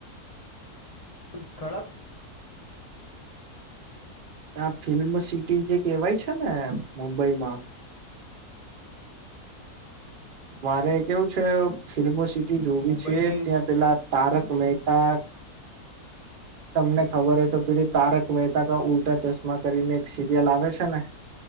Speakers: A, on the left; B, on the right.
A: મતલબ ખડા
B: આ ફિલ્મસિટી જે કહેવાય છે ને મુંબઈમાં મારે કેવું છે ફિલ્મો સિટી જોવી
A: મુંબઈની
B: છે ત્યાં પેલા તારક મહેત તા તમને ખબર હોય તો પેલી તારક મહેતા કા ઉલ્ટા ચશ્મા કરીને એક સિરિયલ આવે છે ને